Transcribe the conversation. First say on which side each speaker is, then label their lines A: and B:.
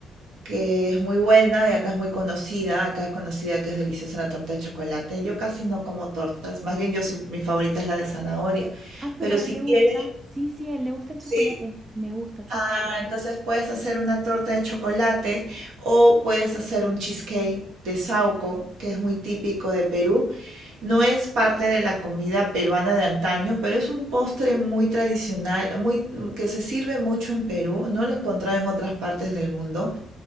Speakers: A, on the right (about 85°); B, on the right (about 25°).
A: que es muy buena y acá es muy conocida. Acá es conocida que es deliciosa la torta de chocolate. Yo casi no como tortas, más bien yo soy, mi favorita es la de zanahoria.
B: Ah, pero
A: Pero
B: a
A: si
B: él le
A: quieres,
B: gusta. Sí, sí, a él le gusta el
A: sí,
B: chocolate. Me gusta, sí,
A: Ah,
B: sí.
A: entonces puedes hacer una torta de chocolate o puedes hacer un cheesecake de saúco, que es muy típico de Perú. No es parte de la comida peruana de antaño, pero es un postre muy tradicional, muy, mm, que se sirve mucho en Perú. No lo he encontrado en otras partes del mundo,